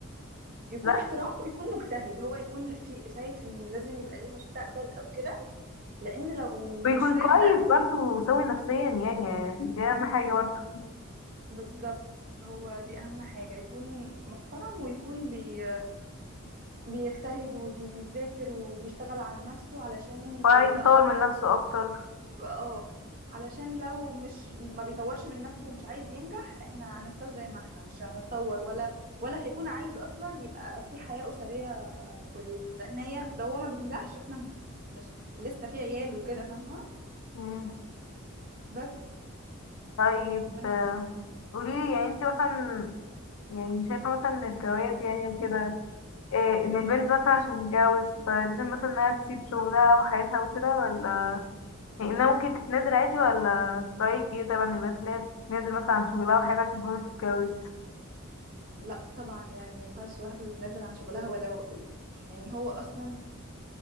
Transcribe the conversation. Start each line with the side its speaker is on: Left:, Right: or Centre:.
Right: يكون
Left: لا
Right: احترام ويكون مجتهد هو يكون في شايف ان لازم يبقى ليه مستقبل او كده لان لو
Left: ويكون
Right: مش شايف
Left: كويس
Right: ده
Left: برضه وسوي نفسيا يعني دي اهم حاجة برضه
Right: بالظبط هو دي اهم حاجة يكون محترم ويكون بي بيجتهد وبيذاكر وبيشتغل على نفسه علشان
Left: وعايز
Right: يبقى
Left: يطور من نفسه اكتر
Right: يبقى اه علشان لو مش ما بيطورش من نفسه ومش عايز ينجح احنا هنفضل زي ما احنا مش هنتطور ولا ولا هيكون عايز اصلا يبقى في حياة أسرية كويسة لان هي لو هو ما بينجحش احنا مش لسه في عيال وكده فاهمة
Left: مم.
Right: بس
Left: طيب
Right: فن-
Left: قولي لي يعني انت مثلا يعني شايفة مثلا ان الجواز يعني وكده إيه
Right: م.
Left: ان البنت مثلا عشان تتجوز فلازم مثلا انها تسيب شغلها وحياتها وكده ولا يعني انها ممكن تتنازل عادي ولا في رأيك ايه طبعا البنت اللي هي بتتنازل مثلا عن شغلها وحياتها عشان خاطر تتجوز
Right: لا طبعا يعني ما ينفعش واحدة تتنازل عن شغلها ولو يعني هو اصلا